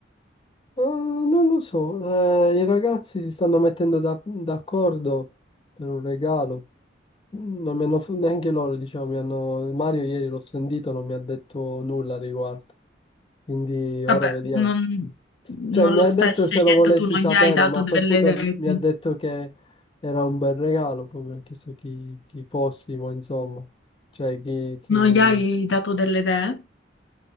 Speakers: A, on the left; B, on the left.
A: Eh, non lo so, eh, i ragazzi si stanno mettendo da- d'accordo per un regalo. Non mi hanno, neanche loro, diciamo, mi hanno, Mario ieri l'ho sentito, non mi ha detto nulla al riguardo. Quindi ora
B: Vabbè,
A: vediamo.
B: non, non
A: Cioè, mi
B: lo
A: ha
B: stai
A: detto
B: scegliendo
A: se lo volessi
B: tu, non
A: sapere,
B: gli hai dato
A: ma a
B: delle
A: quel punto
B: idee,
A: mi
B: quindi.
A: ha detto che era un bel regalo, poi mi ha chiesto chi, chi fossimo, insomma. Cioè, chi, chi...
B: Non gli hai dato delle idee?